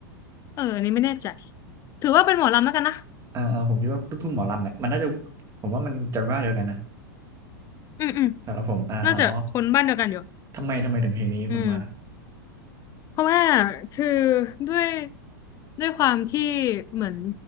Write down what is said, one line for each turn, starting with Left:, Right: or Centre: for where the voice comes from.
Left: เอออันนี้ไม่แน่ใจถือว่าเป็นหมอลำแล้วกันนะ
Right: อ่าอ่าผมคิดว่าลูกทุ่งหมอลำแหละมันน่าจะผมว่ามันจะว่าเดียวกันนะ
Left: อืมอืม
Right: สำหรับผมอ่าอ๋อ
Left: น่าจะคนบ้านเดียวกันอยู่
Right: ทำไมทำไมถึงเพลงนี้คุณว่า
Left: อืม เพราะว่าคือด้วยด้วยความที่เหมือน